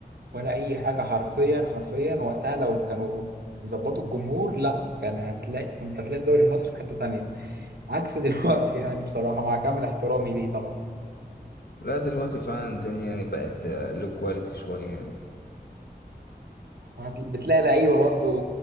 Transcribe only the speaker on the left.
لا دلوقتي فعلا الدنيا يعني بقت آه، لو كواليتي شوية يعني